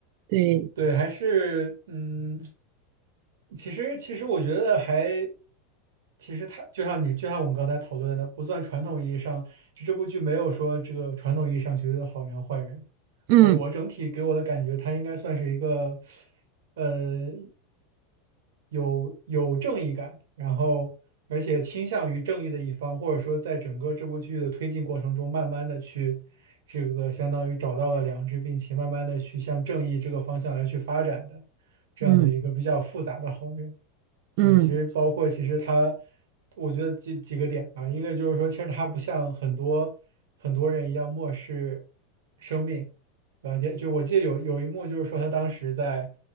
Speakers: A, on the right (about 60°); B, on the right (about 80°).
A: 对，
B: 对，还是嗯，其实其实我觉得还，其实它就像你就像我们刚才讨论的，不算传统意义上，就这部剧没有说这个传统意义上绝对的好人和坏人。
A: 嗯
B: 我我整体给我的感觉，他应该算是一个。呃，有有正义感，然后而且倾向于正义的一方，或者说在整个这部剧的推进过程中，慢慢的去这个相当于找到了良知，并且慢慢的去向正义这个方向来去发展的这样的一个比较复杂的好人。
A: 嗯嗯，
B: 对，其实包括其实他，我觉得几几个点吧，一个就是说，其实他不像很多很多人一样漠视生命，对吧？也就我记得有有一幕就是说，他当时在